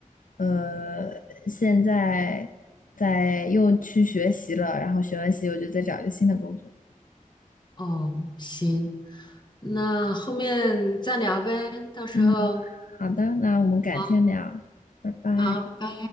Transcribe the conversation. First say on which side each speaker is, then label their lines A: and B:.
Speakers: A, on the left; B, on the left.
A: 呃现在在又去学习了，然后学完习我就再找一个新的工作。
B: 哦，行，那后面再聊呗，到时候
A: 嗯。好的，那我们改天聊，
B: 好，
A: 拜拜。
B: 好，拜拜。